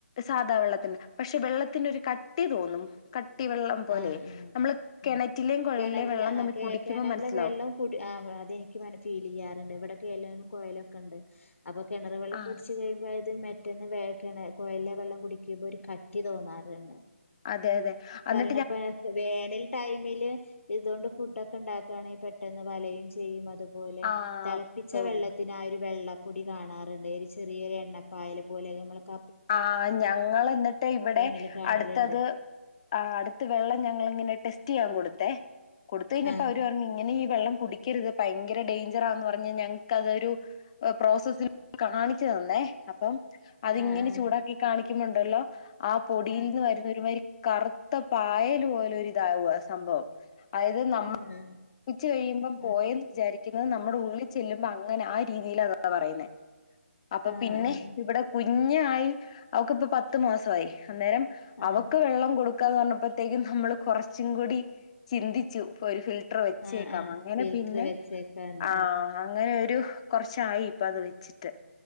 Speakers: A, on the left (about 25°); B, on the left (about 75°).
A: സാധാ വെള്ളത്തിന്റെ പക്ഷെ വെള്ളത്തിനൊ ഒരു കട്ടി തോന്നും ക ട്ടി വെള്ളം പോലെ
B: ആഹ്
A: നമ്മള് കിണറ്റിലെയും
B: ആഹ്
A: കുഴലിലേ
B: കിണറില
A: വെള്ളം
B: ആ
A: നമ്മക്ക്
B: കെ
A: കുടിക്കുമ്പോൾ
B: കിണറിലെ
A: മനസ്സിലാവും.
B: വെള്ളം കുടി ആ അതെനിക്ക്ങ്ങനെ ഫീൽ ചെയ്യാറുണ്ട് ഇവിടെക്കെ എല്ലാലും കൊയലക്കെ ഇണ്ട്. അപ്പൊ കിണർ വെള്ളം
A: ആ
B: കുടിച്ച് കഴിയുമ്പോ അത് മ റ്റേന്ന് വേ കെണ കൊയല്ല് വെള്ളം കുടിക്കുമ്പോ ഒരു കട്ടി തോന്നാറ്ണ്ട്.
A: അതെ അതെ അന്ന്
B: <unintelligible> വേ ൽ ടൈമില് ഇതുകൊണ്ട് ഫുഡ്ക്കെ ഇണ്ടാക്കാണേ പെട്ടെന്ന് വലയും ചെയ്യും അത് പോലെ
A: ആ
B: തിളപ്പിച്ച
A: പോകും
B: വെള്ളത്തിന് ആ ഒരു വെള്ള പൊടി കാണാറുണ്ട് ഒരു ചെറിയൊരു എണ്ണപ്പായൽ പോലെ നമ്മൾക്ക
A: ആ ഞങ്ങൾ എന്നിട്ട് ഇവിടെ
B: ഏണിൽ കാണലുണ്ട്
A: അടുത്തത് ആ അടുത്ത വെള്ളം ഞങ്ങള്ങ്ങനെ ടെസ്റ്റ് ചെയ്യാൻ കൊടുത്തേ കൊടുത്ത് കഴിഞ്ഞപ്പോ
B: ആഹ്
A: അവര് പറഞ്ഞു ഇങ്ങനെ ഈ വെള്ളം കുടിക്കരുത് ഭയങ്കര ഡേയ്ഞ്ചറാന്ന് പറഞ്ഞ് ഞങ്ങക്ക്തൊരു ഹ് പ്രോസസിൽ കാണിച്ച് തന്നേ അപ്പം അതിങ്ങനെ
B: ആഹ് ആഹ്
A: ചൂടാക്കി കാണിക്കുമ്പണ്ടല്ലോ ആ പൊടിയിൽ
B: ആഹ്
A: നിന്ന് വരുന്ന ഒരു മാരി കറുത്ത പായല് പോലൊര് ഇതാവ സംഭവം അതായത് നമ്മൾ
B: ആഹ്
A: കൊറച്ച് കഴിയുമ്പം പോയന്ന്
B: ആഹ്
A: വിചാരി ക്കിന്ന് നമ്മുടെ ഉള്ളിൽ ചെല്ലുമ്പോ അങ്ങനെ ആ രീതിയിൽ അതാ പറയുന്നേ അപ്പൊ
B: ആഹ്
A: പിന്നെ
B: ആഹ്
A: ഇവടെ കുഞ്ഞായി അവക്ക്പ്പ പത്ത് മാസായി അന്നേരം
B: ആഹ്
A: അവക്ക് വെള്ളം കൊടു ക്കാന്ന് പർഞ്ഞപ്പത്തേക്കും നമ്മള് കൊറച്ചും കൂടി ചിന്തിച്ചു <unintelligible> <unintelligible> വെച്ചേക്കാം
B: ആഹ് ആഹ്
A: അങ്ങനെ
B: ഫിൽറ്റർ
A: പിന്നെ
B: വെച്ചേക്കാണ്
A: ആഹ് അങ്ങനെ ഒരു കൊറച്ചായി ഇപ്പ അത് വെച്ചിട്ട്